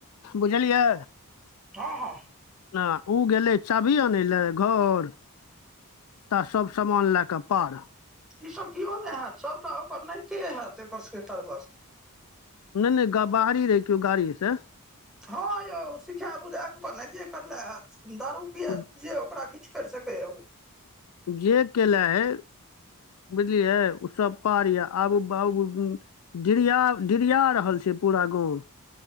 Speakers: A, on the left; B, in the centre.
A: बुझलियै।
B: हँ-हँ।
A: न उ गेलै। चाभी अन लए घर त सभ समान लए कऽ पार।
B: ई सब किओ नहि हेत सभटा ओकर नहिते हेत। एकर सबके कारबर
A: नहि नहि बाहरी रहै। किओ गाड़ी से
B: हँ यौ शिखा बुझाक ओकर नइते करले हैत दारू।
A: कुन
B: परा कीछ कर सकैए उ।
A: जे केले है। बुझलियै। उसभ पार यऽ आब बाबू डिरिया-डिरिया रहल छै। पूरा गाँव